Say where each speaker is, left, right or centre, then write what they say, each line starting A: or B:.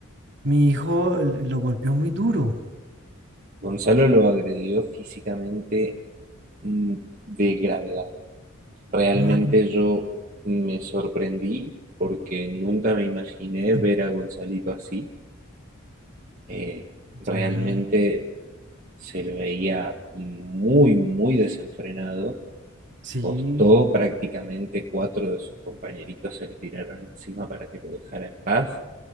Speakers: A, on the right (about 60°); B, on the right (about 40°).
A: mi hijo l- lo golpeó muy duro.
B: Gonzalo lo agredió físicamente mm, de gravedad. Realmente
A: No, ay,
B: yo me sorprendí porque nunca me imaginé
A: <clears throat>
B: ver a Gonzalito así. Eh, realmente
A: ya.
B: se lo veía muy, muy desenfrenado
A: Sí,
B: Costó prácticamente cuatro de sus compañeritos se le tiraron encima para que lo dejara en paz